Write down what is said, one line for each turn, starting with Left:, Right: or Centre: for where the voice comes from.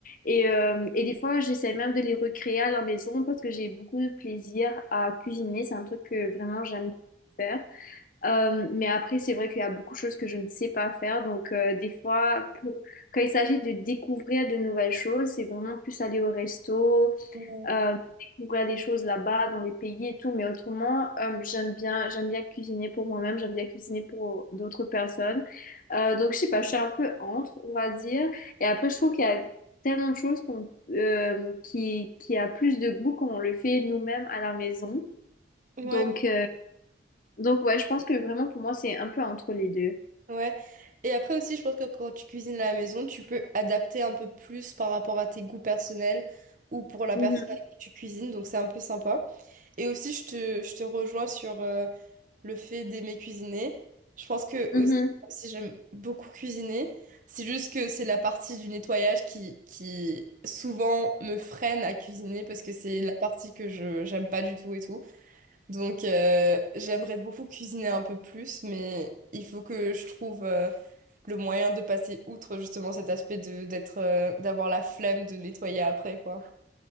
Left: Et, euh, et des fois, j'essaie même de les recréer à la maison parce que j'ai beaucoup de plaisir à cuisiner. C'est un truc que vraiment j'aime faire. Euh, mais après, c'est vrai qu'il y a beaucoup de choses que je ne sais pas faire. Donc, euh, des fois, pour- quand il s'agit de découvrir de nouvelles choses, c'est vraiment plus aller au resto,
Right: Ouais,
Left: euh, découvrir des choses là-bas, dans les pays et tout. Mais autrement, euh, j'aime bien, j'aime bien cuisiner pour moi-même, j'aime bien cuisiner pour d'autres personnes. Euh, donc, je sais pas, je suis un peu entre, on va dire. Et après, je trouve qu'il y a tellement de choses qu'on, euh, qui, qui a plus de goût quand on le fait nous-mêmes à la maison.
Right: ouais.
Left: Donc, euh, donc ouais, je pense que vraiment pour moi c'est un peu entre les deux.
Right: ouais. Et après aussi, je pense que quand tu cuisines à la maison, tu peux adapter un peu plus par rapport à tes goûts personnels ou pour la
Left: Mhm,
Right: personne avec qui tu cuisines, donc c'est un peu sympa. Et aussi, je te, je te rejoins sur, euh, le fait d'aimer cuisiner. Je pense que
Left: mhm.
Right: aussi, même si j'aime beaucoup cuisiner, c'est juste que c'est la partie du nettoyage qui, qui souvent me freine à cuisiner parce que c'est la partie que je j'aime pas du tout et tout. Donc euh, j'aimerais beaucoup cuisiner un peu plus, mais il faut que je trouve euh, le moyen de passer outre justement cet aspect de d'être euh, d'avoir la flemme de nettoyer après quoi.